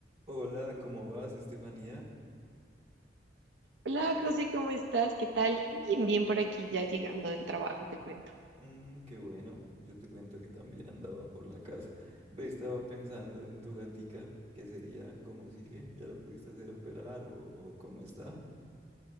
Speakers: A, on the right; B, on the right.
A: Hola, ¿cómo vas, Estefanía?
B: Hola José, ¿cómo estás? ¿Qué tal? Bien, bien por aquí, ya llegando del trabajo, te cuento.
A: Mm, qué bueno, yo te cuento que también andaba por la casa. Ve, estaba pensando en tu gatica, ¿qué sería? ¿Cómo sigue? ¿Ya la pudiste hacer operar o, o cómo está?